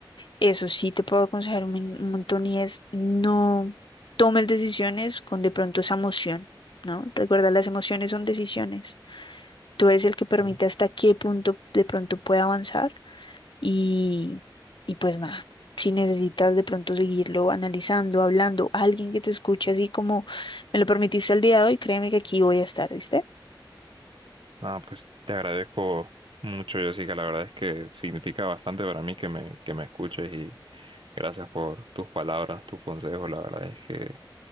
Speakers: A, on the left; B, on the right.
A: eso sí te puedo aconsejar un, min- un montón y es no tomes decisiones con de pronto esa emoción, ¿no? Recuerda, las emociones son decisiones. Tú eres el que permite
B: Claro.
A: hasta qué punto de pronto puede avanzar y, y pues nada, si necesitas de pronto seguirlo analizando, hablando, alguien que te escuche así como me lo permitiste el día de hoy, créeme que aquí voy a estar, ¿viste?
B: Ah, pues te agradezco mucho, Jessica. La verdad es que significa bastante para mí que me, que me escuches y gracias por tus palabras, tus consejos. La verdad es que